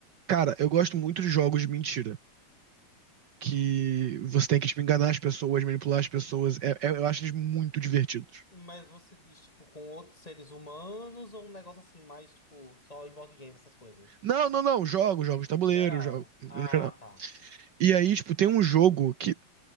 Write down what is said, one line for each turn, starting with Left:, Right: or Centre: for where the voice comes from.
Right: Cara, eu gosto muito de jogos de mentira. Que você tem que tipo, enganar as pessoas, manipular as pessoas. É- é- eu acho eles muito divertidos.
Left: Mas você diz, tipo, com outros seres humanos ou um negócio assim, mais, tipo, só em board game, essas coisas?
Right: Não, não, não. jogos, jogos de tabuleiro,
Left: Geral.
Right: jogo, no
Left: Ah,
Right: geral.
Left: tá.
Right: E aí, tipo, tem um jogo que.